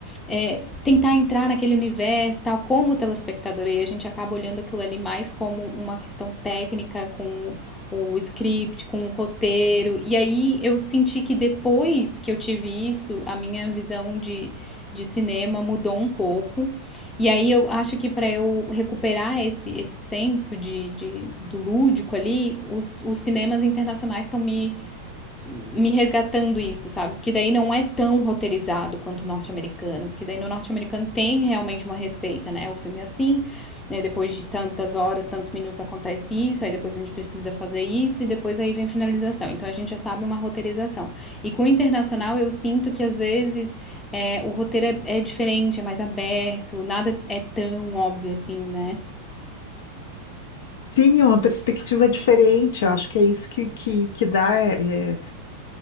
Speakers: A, on the left; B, on the left.
A: é, tentar entrar naquele universo tal, como telespectador, e a gente acaba olhando aquilo ali mais como uma questão técnica, com o script, com o roteiro. E aí eu senti que depois que eu tive isso, a minha visão de, de cinema mudou um pouco. E aí eu acho que para eu recuperar esse, esse senso de, de, do lúdico ali, os, os cinemas internacionais estão me me resgatando isso, sabe? Porque daí não é tão roteirizado quanto o norte-americano, porque daí no norte-americano tem realmente uma receita, né? O filme é assim, né? Depois de tantas horas, tantos minutos acontece isso, aí depois a gente precisa fazer isso e depois aí vem finalização. Então a gente já sabe uma roteirização. E com o internacional eu sinto que às vezes é, o roteiro é, é diferente, é mais aberto, nada é tão óbvio assim, né?
B: Sim, é uma perspectiva diferente. Eu acho que é isso que, que, que dá. É,